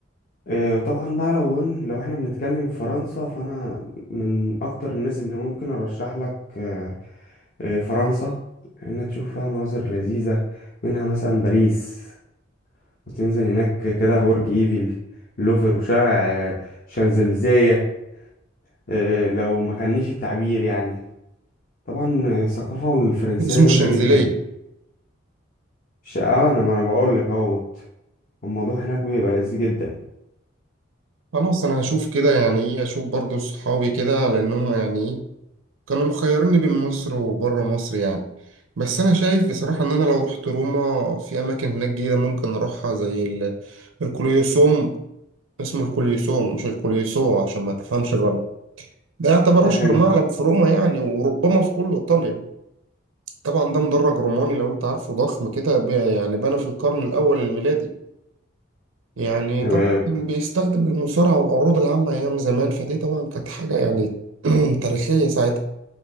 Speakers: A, on the left; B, on the right.
A: آه، طبعا بقى لو قلنا- لو احنا بنتكلم في فرنسا فانا من اكتر الناس اللي ممكن ارشح لك آه، آه، فرنسا انها تشوف فيها مناظر لذيذة منها مثلا باريس وتنزل هناك كده برج ايفل لوفر وشارع آه، شانزليزيه آه، لو ما خانيش التعبير يعني طبعا الثقافة الفرنسية
B: اسمه
A: جامدة
B: الشنزيليه
A: جدا ش- اه انا ما انا بقول لك اهوت الموضوع هناك بيبقى لذيذ جدا
B: خلاص انا هشوف كده يعني ايه اشوف برضو صحابي كده لان هم يعني ايه كانوا مخيريني بين مصر وبره مصر يعني بس انا شايف بصراحة ان انا لو رحت روما في اماكن هناك جديدة ممكن اروحها زي ال- الكوليوسوم اسمه الكوليوسوم مش الكوليوسو عشان ما تفهمش غلط ده يعتبر
A: تمام
B: أشهر معلم في روما يعني وربما في كل إيطاليا طبعا ده مدرج روماني لو أنت عارفه ضخم كده ب- يعني بنى في القرن الأول الميلادي يعني
A: تمام
B: طبعا كان بيستخدم المصارعة والعروض العامة أيام زمان فدي طبعا كانت حاجة يعني <clears throat> تاريخية ساعتها